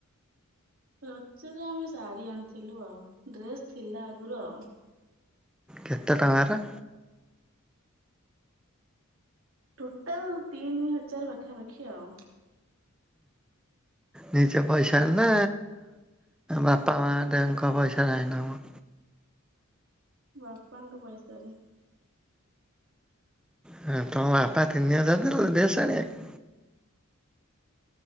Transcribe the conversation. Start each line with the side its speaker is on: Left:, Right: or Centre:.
Right: ରଜରେ ଆମେ ଶାଢୀ ଆଣିଥିଲୁ ଆଉ, ଡ୍ରେସ୍ ଥିଲା ଆଗରୁ ଆଉ।
Centre: କେତେ ଟଙ୍କାର?
Right: ଟୋଟାଲ ତିନି ହଜାର ପାଖାପାଖି ଆଉ।
Centre: ନିଜ ପଇସାରେ ନା ବାପା ମା ଙ୍କ ପଇସାରେ ଆଈଁଲ ମ?
Right: ବାପାଙ୍କ ପଇସାରେ।
Centre: ହଁ ତମ ବାପା ତିନି ହଜାର ଦେଲେ ଡ୍ରେସ ଆଣିବାକୁ?